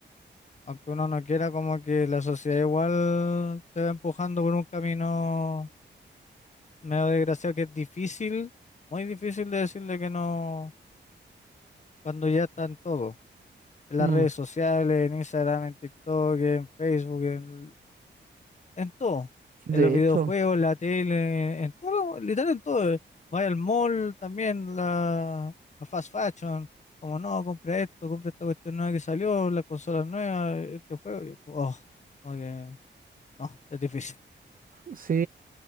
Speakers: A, on the left (about 40°); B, on the right (about 45°).
A: aunque uno no quiera, como que la sociedad igual te va empujando por un camino medio desgraciado que es difícil, muy difícil de decirle que no cuando ya están todos, en las
B: Mm,
A: redes sociales, en Instagram, en TikTok, en Facebook, en en todo,
B: De
A: en los videojuegos,
B: hecho,
A: la tele, en todo, literal en todo. Vaya al mall también, la, la fast fashion, como no, compra esto, compra esta cuestión nueva que salió, las consolas nuevas, este juego. Yo, oh, como que no, es difícil,
B: sí.